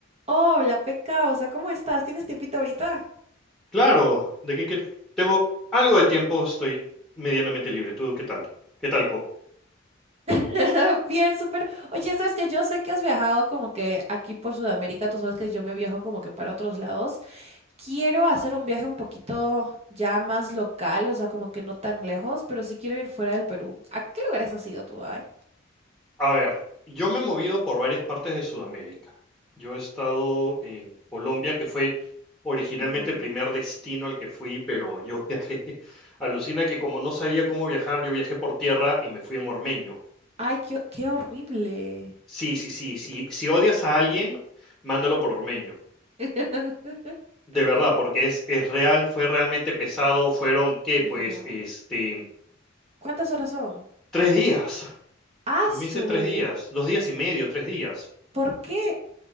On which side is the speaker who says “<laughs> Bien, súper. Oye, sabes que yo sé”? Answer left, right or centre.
Right